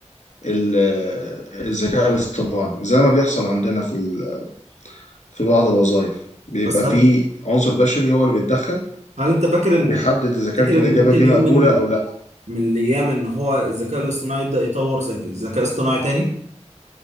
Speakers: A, on the left; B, on the right.
A: ال- آه، الذكاء الاصطناعي زي ما بيحصل عندنا في ال- في بعض الوظائف بيبقى
B: بس هل
A: في عنصر بشري هو اللي بيتدخل
B: هل انت فاكر ان
A: وبيحدد اذا كانت
B: تفتكر
A: الاجابه
B: ان ممكن
A: دي
B: يوم
A: مقبوله
B: من
A: او لا
B: من الايام ان هو الذكاء الاصطناعي يبدا يطور ذك- ذكاء اصطناعي تاني